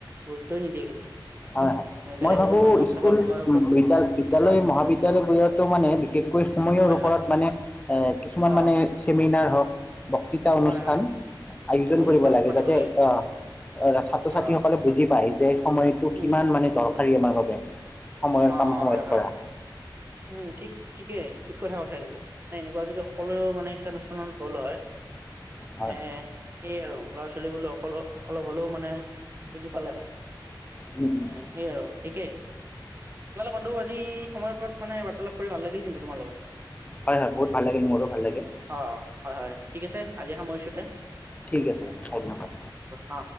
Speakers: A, on the right; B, on the left.
A: গুৰুত্বই নিদিয়ে কিন্তু
B: অ'
A: বেলেগ
B: মই ভাবো
A: এজন মানুহক
B: স্কুল
A: চাবা সময়ৰ ওপৰত
B: বিদ্যা বিদ্যালয়
A: হয়
B: মহাবিদ্যালয়বোৰতো মানে বিশেষকৈ সময়ৰ
A: হয়
B: ওপৰত
A: হয়
B: মানে এ কিছুমান
A: অ
B: মানে চেমিনাৰ হওক বক্তৃ তাৰ অনুষ্ঠান
A: হয় হয় হয়
B: আয়োজন
A: অনুষ্ঠান
B: কৰিব লাগে
A: পাতিব
B: যাতে
A: কিন্তু
B: অ ছাত্ৰ ছাত্ৰীসকলে
A: অ
B: বুজি পায় যে সময়
A: উম
B: কিমান মানে দৰকাৰী আমাৰ বাবে সময়ৰ
A: অ'
B: কাম সময়ত
A: হয় হয়
B: কৰা
A: উম থিক থিকেই থিক কথা কৈছা কিন্তু মানে এনেকুৱা যদি সকলো মানে শিক্ষানুষ্ঠানত হ'ল হয় মানে
B: হয়
A: এই আৰু ল'ৰা ছোৱালী বোৰে অকল অলপ হ'লেও মানে বুজি পালে হয়
B: উম
A: মানে
B: উম
A: সেই আৰু থিকেই নহ'লে বন্ধু আজি সময়ৰ ওপৰত মানে বাৰ্তালাপ কৰি ভাল লাগিল কিন্তু তোমাৰ লগত
B: হয় হয় বহুত ভাল লাগিল মোৰো ভাল লাগিল
A: অ' হয় হয় থিক আছে আজি সামৰিছোঁ তে
B: থিক আছে ধন্যবাদ
A: অ